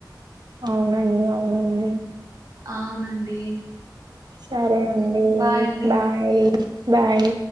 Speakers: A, on the right; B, on the right.
A: అవునండి అవునండి
B: అఓ అవున అండి,
A: సరే అండి
B: బాయ్ అండి
A: బాయ్ బాయ్,